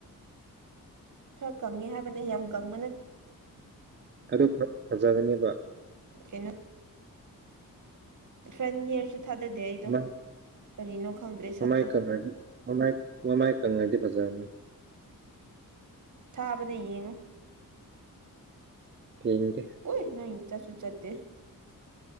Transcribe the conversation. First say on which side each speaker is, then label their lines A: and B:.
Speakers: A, on the right (about 55°); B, on the right (about 30°).
A: ꯈꯔ ꯀꯪꯉꯦ ꯍꯥꯏꯕꯅꯦ ꯌꯥꯝ ꯀꯪꯕ ꯅꯠ
B: ꯑꯗꯨ ꯐꯠ ꯐꯖꯒꯅꯦꯕ
A: ꯀꯩꯅꯣ ꯐ꯭ꯔꯦꯟꯅꯦꯁꯨ ꯊꯥꯗꯗꯦ ꯑꯩꯗꯣ
B: ꯃꯥ
A: ꯀꯔꯤꯅꯣ ꯈꯪꯗ꯭ꯔꯦ ꯁꯛꯇꯣ
B: ꯃꯃꯥꯏ ꯀꯪꯔꯗꯤ ꯃꯃꯥꯏ ꯃꯃꯥꯏ ꯀꯪꯉꯥꯗꯤ ꯐꯖꯔꯅꯤ
A: ꯊꯥꯕꯅꯦ ꯌꯦꯡꯉꯨ
B: ꯌꯦꯡꯒꯦ
A: ꯑꯨꯏ ꯅꯪ ꯆꯠꯁꯨ ꯆꯠꯇꯦ